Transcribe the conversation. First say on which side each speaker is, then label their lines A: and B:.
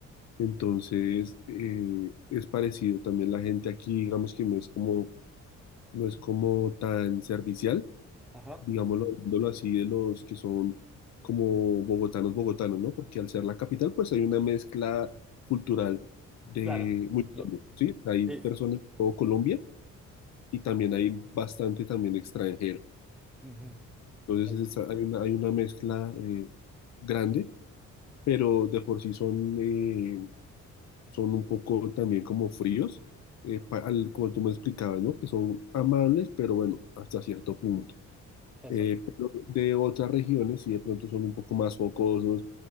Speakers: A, on the left; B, in the centre.
A: Entonces, eh, es parecido también la gente aquí, digamos que no es como, no es como tan servicial,
B: Ajá.
A: digámoslo, hablándolo así, de los que son como bogotanos, bogotanos, ¿no? Porque al ser la capital, pues hay una mezcla cultural de
B: Claro.
A: muy
B: Lo-
A: grande, ¿sí? Hay
B: Sí.
A: personas de todo Colombia y también hay bastante también extranjero.
B: Ujú.
A: Entonces
B: En-
A: es- hay una, hay una mezcla eh, grande, pero de por sí son, eh, son un poco también como fríos, eh, pa- al- como tú me explicabas, ¿no? Que son amables, pero bueno, hasta cierto punto.
B: Eso.
A: Eh, pero de otras regiones sí de pronto son un poco más focosos,